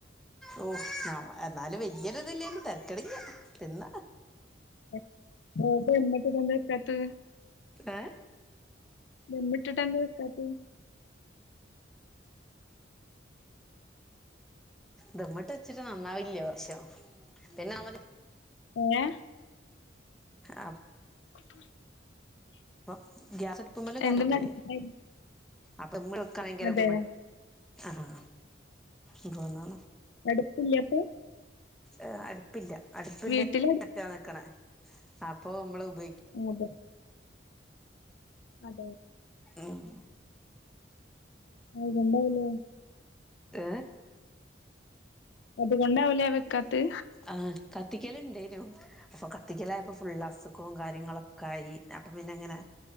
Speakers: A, in the centre; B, on the left.
A: ഓ ഞാ എന്നാലും വല്യോരു ഇതില്ലെങ്കിലും തരക്കട്ല്ല തിന്ന.
B: ഉം ഓൽത് എന്നിട്ട് ഇതെന്താ ട്കാത്ത്
A: ഏ
B: ദമ്മ്ട്ട്ട്ടെന്താ ഇട്ക്കാത്ത്
A: ദമ്മ്ട്ട് വെച്ചിട്ട് നന്നാവില്യേ കൊർച്ചേരം പിന്നെ നമ്മ
B: ങ്ങെ
A: ആഹ്
B: <inaudible>
A: പ്പോ ഗ്യാസത്ട്പ്പ്മ്മലു കരൻ്റൊക്കലേ
B: എന്ത് മനസ്സിലായി
A: അപ്പമ്മൾക്കാണങ്കിലുദ്ധിമു
B: അതെ.
A: ആഹ് ങ്കോന്ന
B: അടുപ് ല്യപ്പോ
A: ആഹ് അട്പ്പില്യ അട്പ്ന്റെ
B: വീട്ടിലട്
A: മറ്റാ നക്ക്ണേ അപ്പൊ മ്മള് ഉപ
B: അതെ അതെ.
A: ഉം
B: അതൊണ്ടാവൂലേ
A: തേ
B: അത്കൊണ്ടാവുലെ വെക്കാത്ത്
A: ആഹ് കത്തിക്കല്ണ്ടേനു പ്പൊ കത്തിക്കലായപ്പോ ഫുള്ള് അസുഖു കാര്യങ്ങളൊക്കെയി. അപ്പൊ പിന്നെങ്ങനെ